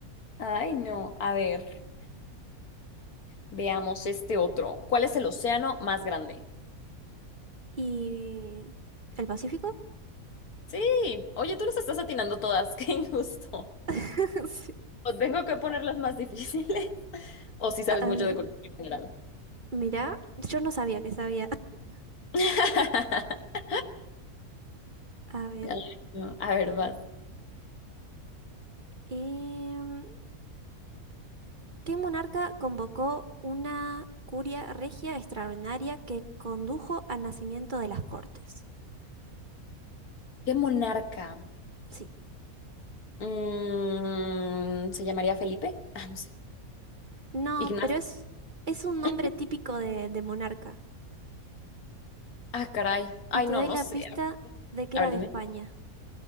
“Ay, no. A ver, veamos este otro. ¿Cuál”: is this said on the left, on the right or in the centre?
Left